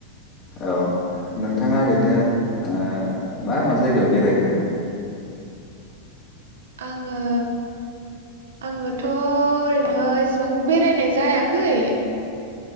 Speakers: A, on the left; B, on the right.
A: औ नोंथाङा ओरैनो ओ मा मा जायगायाव बेरायखो?
B: आङो आङोथ ओरैनो एसेबां बेरायनाय जायाखै